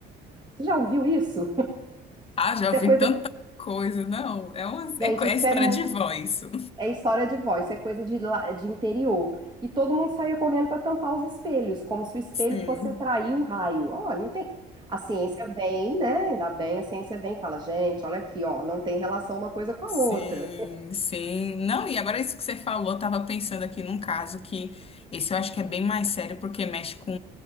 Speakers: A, on the right; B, on the left.
A: Você já ouviu isso?
B: Ah, já
A: Isso
B: ouvi
A: é coisa,
B: tanta coisa, não. É uma,
A: gente,
B: é, co- é
A: isso
B: história
A: é
B: de vó, isso.
A: É história de voz, isso é coisa de, lá- de interior. E todo mundo saía correndo para tampar os espelhos, como se o espelho
B: <laughs> Sim.
A: fosse atrair o raio. Olha, não tem. A ciência vem, né? Ainda bem, a ciência vem e fala, gente, olha aqui, ó, não tem relação uma coisa com
B: Sim,
A: a outra.
B: sim. Não, e agora isso que você falou, eu tava pensando aqui num caso que esse eu acho que é bem mais sério porque mexe com